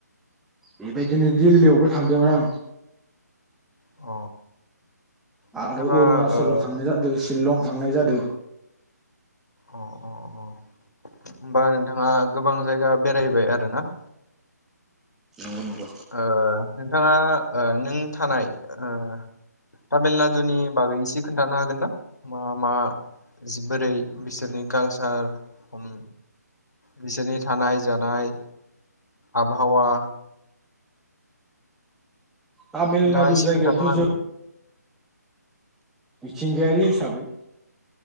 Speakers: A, in the centre; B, on the left (about 75°).
A: बेबायदिनो दिल्लीयावबो थांदोंमोन आं।
B: अ।
A: आरो
B: नोंथाङा
A: अरुणाचलाव
B: ओ
A: थांनाय जादो, शिलं थांनाय जादो।
B: अ अ अ होनबा नोंथाङा गोबां जायगा बेरायबाय आरो ना?
A: नंगौ नंगौ।
B: ओह नोंथाङा ओह नों थानाय ओह तामिलनाडुनि बागै एसे खोन्थाना हागोन ना मा मा जिबोरै बिसोरनि कालचार हम बिसोरनि थानाय जानाय आबहावा
A: तामिलनाडु
B: नोंथाङा एसे
A: जायगाथ'
B: खोन्थानो हागोन
A: जो
B: ना?
A: मिथिंगायारि हिसाबै